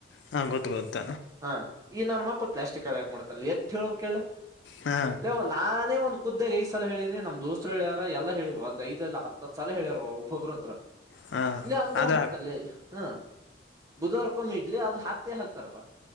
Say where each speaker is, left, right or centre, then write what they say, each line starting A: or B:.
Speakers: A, on the left (about 85°); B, on the right (about 20°).
A: ಹಾ ಗೊತ್ತು ಗೊತ್ತ
B: ಹಾ ಈ ನಾನ ಮಕ್ಕಳು ಪ್ಲಾಸ್ಟಿಕ್ ಹಾಳಿ ಹಾಕ್ ಮಾಡ್ತ ಎ ಚೋ ಕೇಳ
A: ಹಾ
B: ಲೇ ನಾನೇ ಒಂದು ಖುದ್ದಾಗ್ ಐದ್ ಸಲ ಹೇಳಿನಿ ನಮ್ ದೋಸ್ರು ಹೇಳ್ಯಾರ ಎಲ್ಲ ಹೇಳಿವವ ಒಂದ್ಐದ ಇಲ್ಲ ಹತ್ತು ಹತ್ತ ಸಲ ಹೇಳ್ಯಾರ ಒಬ್ಬೊಬ್ಬ್ರತ್ರ
A: ಹಾ
B: ಲೇ ಅಂದ್ರು
A: ಅದ
B: ಹಾಕ್ತಾರ್ ಲೇ ಹಾ ಬುಧವರ್ಕೊಮ್ಮ್ ಇಡ್ಲಿ ಅದು ಹಾಕ್ತಿ ಹಾಕ್ತಾರಪ್ಪಾ